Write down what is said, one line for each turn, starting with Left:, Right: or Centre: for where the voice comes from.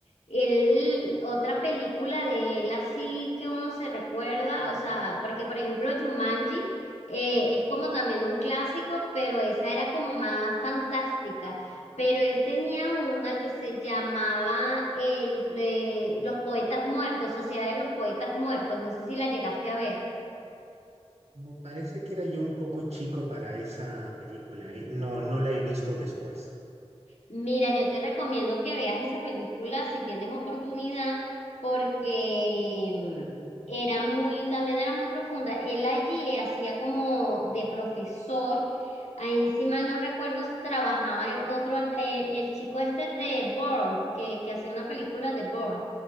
Left: Él, otra película de él así que uno se recuerda, o sea, porque por ejemplo Jumanji eh, es como también un clásico, pero esa era como más fantástica. Pero él tenía una que se llamaba el, eh, Los Poetas Muertos, Sociedad de los Poetas Muertos, no sé si la llegaste a ver.
Right: Me parece que era yo un poco chico para esa película, ¿eh? No, no la he visto después.
Left: Mira, yo te recomiendo que veas esa película si tienes oportunidad, porque mm, era muy, también era muy profunda. Él allí hacía como de profesor, ahí si mal no recuerdo, trabajaba el otro, eh, el, chico este de Bourne, que, que hacía una película de Bourne,